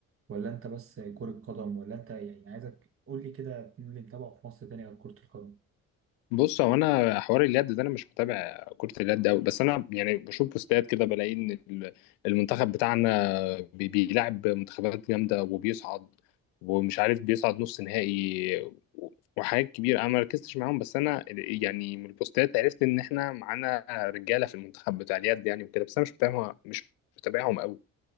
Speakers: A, on the right; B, on the left.
A: ولا انت بس كرة قدم ولا انت يعني عايزك قول لي كده مين اللي متابعه في مصر تاني غير كرة القدم
B: بص هو انا حوار اليد ده انا مش متابع كرة اليد قوي بس انا يعني بشوف بوستات كده بلاقي ان ال- المنتخب بتاعنا بي- بيلعب منتخبات جامدة وبيصعد ومش عارف بيصعد نص نهائي و- وحاجات كبيرة انا ما ركزتش معاهم بس انا ال- يعني من البوستات عرفت ان احنا معانا رجالة في المنتخب بتاع اليد يعني وكده بس انا مش متابعهم مش متابعهم قوي